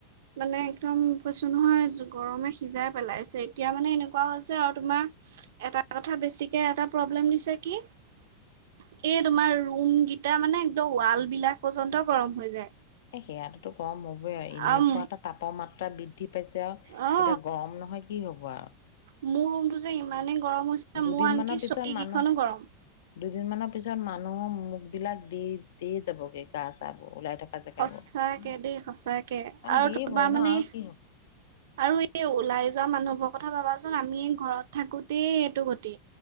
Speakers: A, on the right; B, on the left.
A: মানে একদম কৈছো নহয় গৰমে সিজাই পেলাইছে এতিয়া মানে এনেকোৱা হৈছে আৰু তোমাৰ এটা কথা বেছিকে এটা প্ৰব্লেম দিছে কি এ তোমাৰ ৰুম কেইটা মানে একদম ৱাল বিলাক পৰ্যন্ত গৰম হৈ যায়।
B: এ সেয়াটোতো গৰম হ'বই আও এনেকোৱা
A: আম
B: এটা তাপৰ মাত্ৰা বৃ দ্ধি পাইছে আও,
A: অ
B: এতিয়া গৰম নহয় কি হ'ব আও
A: মোৰ ৰুমটো যে ইমানেই গৰম হৈছিলে
B: দুদিন
A: মোৰ আনকি
B: মানৰ পিছত
A: ছটী
B: মানুহ
A: কেইখনো গৰম।
B: দুদিনমানৰ পিছত মানুহৰ মোকবিলাক দি দিয়ে যাবগৈ গা চাবোৰ ওলাই থকা জেগাবোৰ।
A: সঁচাকে
B: কাৰণ
A: দেই সঁচাকে আৰু
B: দেৰিবই
A: তোমাৰ মানে
B: ন আৰু কি হব
A: আৰু এই ওলাই যোৱা মানুহবোৰৰ কথা ভাবাচোন আমি ঘৰত থাকোতেই এইটো গতি